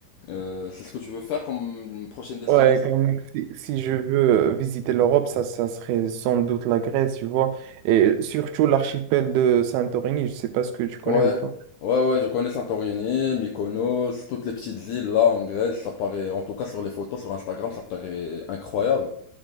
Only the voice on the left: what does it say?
Euh, c'est ce que tu veux faire comme prochaine destination?
Ouais,
ouais, ouais, je connais Santorini, Mykonos, toutes les petites îles là en Grèce, ça paraît, en tout cas sur les photos, sur Instagram, ça paraît incroyable.